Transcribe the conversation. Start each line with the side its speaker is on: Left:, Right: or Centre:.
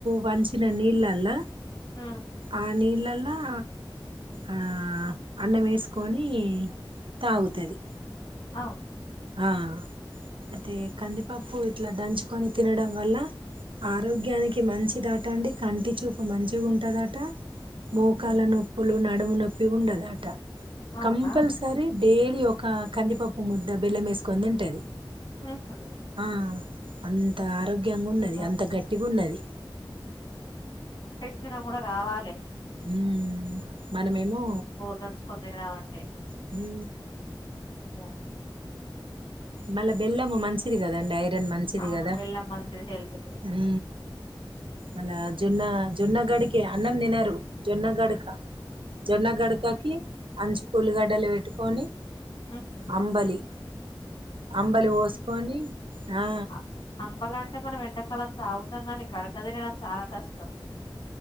Right: వంచిన నీళ్ళల్లా
Left: ఉ
Right: ఆ నీళ్లలా ఆ ఆ అన్నం వేసుకొని తాగుతది
Left: ఆ
Right: ఆ అదే కందిపప్పు ఇట్లా దంచుకొని తినడం వల్ల ఆరోగ్యానికి మంచిదట అండి, కంటి చూపు మంచిగా ఉంటదట మోకాల
Left: ఉహు
Right: నొప్పులు న నడుము న్నొప్పిగా ఉండద ఆట
Left: అవునా
Right: కంపల్సర డైలీ ఒక కంపా పూముద్దు ద బెల్ల వేకని తింటది
Left: ఉహు
Right: ఆ అం త ఆరోగ్యంగ ఉన్నది
Left: అమ్మో
Right: అంత గట్టిగున్నది
Left: చ్చడం కూడా కావాలే
Right: ఉం మనమేమో
Left: దంచుకొని తినడం అంటే
Right: హు
Left: అమ్మో
Right: మళ్ళ బెల్లం మంచిది కద అండి ఐ రన్ మంచిది
Left: అవును
Right: కదా
Left: బెల్లం మంచిది హెల్త్ కు
Right: ఉ
Left: ఉహు
Right: మళ్ళ అ జున్ను జున్నగడికి అన్నం తినరు జొన్నగడుక
Left: ఉహు
Right: జొన్న గడకకి అంచు కూలిగడ్డలు వెట్టుకొని
Left: ఉహు.
Right: అంబలి అంబలి పోసుకొని ఆ
Left: అ అంబలి అంటే మనం ఎండాకాలం తాగుతం కానీ గడక తినడం చాలా కష్టం